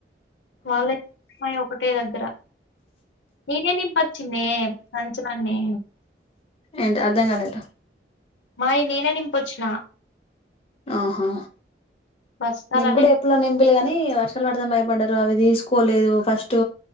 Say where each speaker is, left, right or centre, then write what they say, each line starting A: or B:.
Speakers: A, on the left; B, on the left.
A: వాళ్ళయును మాయి ఒకటే దగ్గర నేనే నింపచ్చిన్నే సంంచులన్నీ
B: ఏంద్ అర్థం గాలెదురా
A: మాయి నేనే నింపొచ్చిన
B: ఆహా
A: బస్తాలనే
B: మేం గుడ ఎప్పుడో నింపిల్లు గనీ వర్షాలు పడ్ మ్ భయపడ్డరు అవి దీస్కోలేదు ఫస్ట్